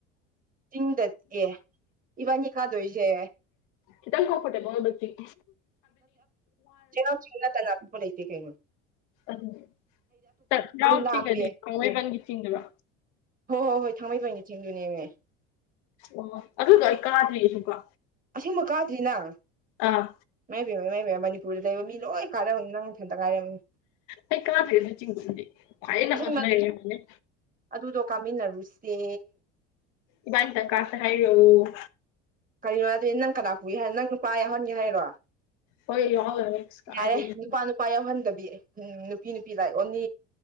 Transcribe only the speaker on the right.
ꯆꯤꯡꯗꯗꯤ ꯏꯕꯥꯅꯤ ꯈꯥꯗꯣꯏꯁꯦ
ꯩꯅꯣ ꯆ ꯇꯅꯥꯕꯨ ꯂꯩꯇ ꯀ
ꯂꯥꯞꯄꯦ
ꯍꯣꯏ ꯍꯣꯏ ꯍꯣꯏ ꯊꯥꯡꯃꯩꯕꯟꯒꯤ ꯊꯦꯡꯗꯨꯅꯦꯅꯦ
ꯑꯁ‌‌ꯦꯡꯕꯥ ꯀꯥꯗ꯭ꯔꯤ ꯅ‌ꯪ
ꯏꯃꯥꯏ ꯄ‌ꯦꯝꯃꯥ ꯏꯃꯥꯏ ꯄ‌ꯦꯝꯃꯥ ꯃꯅꯤꯄꯨꯔꯗ ꯂꯩꯕ ꯃꯤ ꯂꯣꯏ ꯀꯥꯟꯅꯕꯅꯤ ꯅꯪ ꯅꯊꯟꯇ ꯉꯥꯏꯔꯝꯅꯤ
ꯑꯁꯦꯡꯕ
ꯑꯗꯨꯗꯣ ꯀꯥꯃꯤꯟꯅꯔꯨꯁꯦ
ꯀꯔꯤꯅꯣ ꯍꯥꯏꯗꯤ ꯅꯪ ꯀꯅꯥ ꯄꯨꯒꯦ ꯍꯥꯏ ꯅꯪ ꯅꯨꯄꯥ ꯌꯥꯎꯍꯟꯒꯦ ꯍꯥꯏꯔꯣ
ꯌꯥꯔꯦ ꯅꯨꯄꯥ ꯅꯨ ꯅꯨꯄꯥ ꯌꯥꯎꯍꯟꯗꯕꯤ ꯎꯝ ꯅꯨꯄꯤ ꯅꯨꯄꯤ ꯂꯥꯏ ꯑꯣꯅꯤ